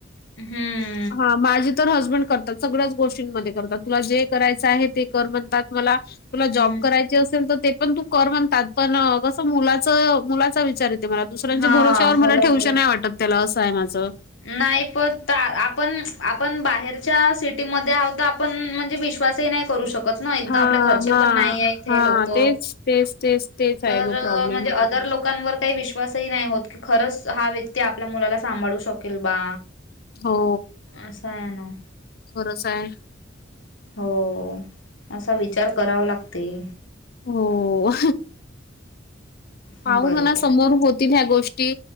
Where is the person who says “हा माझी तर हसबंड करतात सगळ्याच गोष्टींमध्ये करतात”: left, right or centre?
Left